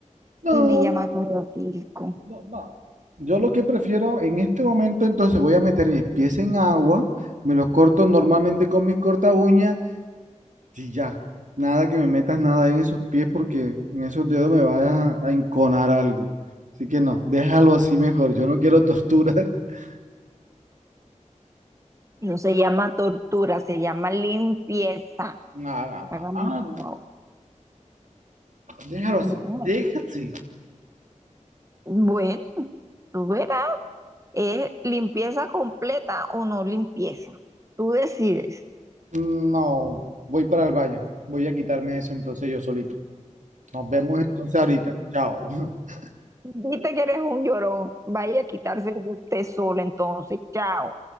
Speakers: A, on the right; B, on the right.
A: No,
B: y me llama corotico.
A: no, no. Yo lo que prefiero en este momento, entonces voy a meter mis pies en agua, me los corto normalmente con mi corta uña Sí, ya. Nada que me metas nada ahí en esos pies porque en esos dedos me vayas a, a enconar algo. Así que no, déjalo así mejor. Yo no quiero tortura. <laughs>
B: No se llama tortura, se llama limpieza.
A: No, no,
B: Hágame,
A: no, no, no,
B: wow,
A: déjalo así,
B: No,
A: déjalo así.
B: bueno, tú verás, es limpieza completa o no limpieza. Tú decides.
A: No, voy para el baño. Voy a quitarme eso entonces yo solito. Nos vemos entonces ahorita. Chao. <laughs>
B: Viste que eres un llorón. Vaya a quitarse de usted solo, entonces. Chao.